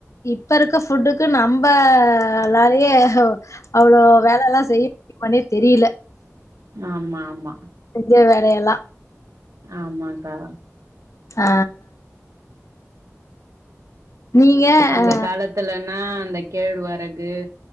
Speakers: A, on the left (about 70°); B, on the right (about 85°).
A: இப்ப இருக்க ஃபுட்டுக்கு நம் நம்ம நெறைய அவ்ளோ வேலல்லா செய்ய முடியுமானே தெரியில
B: ஆமா ஆமா
A: செஞ்ச வேலயெல்லா
B: ஆமாக்கா
A: ஆ நீங்க
B: அந்த
A: ஆ
B: காலத்துலனா அந்த கேழ்வரகு